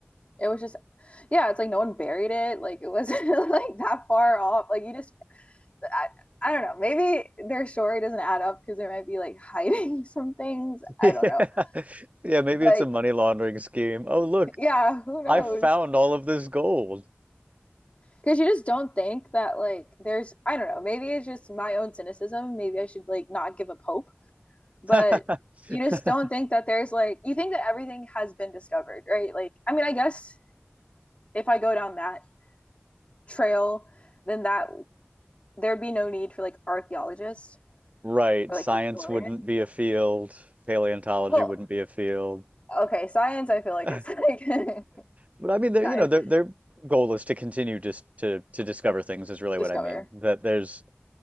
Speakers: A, on the left; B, on the right.
A: it was just yeah it's like no one buried it like it wasn't <laughs> like that far off like you just I, I don't know maybe their story doesn't add up because they might be like <laughs> hiding some things
B: <laughs>
A: i
B: Yeah.
A: don't know
B: Yeah, maybe
A: but
B: it's a money laundering scheme. Oh, look,
A: yeah who knows
B: I found all of this gold.
A: because you just don't think that like there's i don't know maybe it's just my own cynicism maybe i should like not give up hope but
B: <laughs>
A: you just don't think that there's like you think that everything has been discovered right like i mean i guess if i go down that trail then that there'd be no need for like archaeologists
B: Right,
A: or
B: science
A: like historians
B: wouldn't be a field, paleontology
A: well
B: wouldn't be a field.
A: okay science i feel like
B: <laughs>
A: it's like <laughs>
B: But I mean, their
A: kind
B: you know,
A: of
B: their their goal is to continue just to to discover things is really
A: discover
B: what I mean. That there's